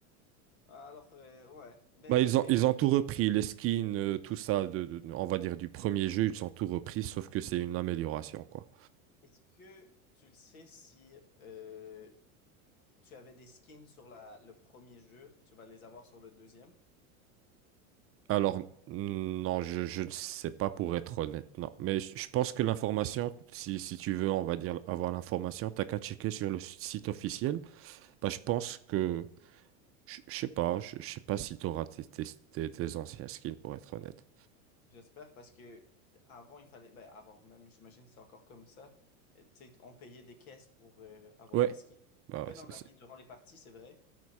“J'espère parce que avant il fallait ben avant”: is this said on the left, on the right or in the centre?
Left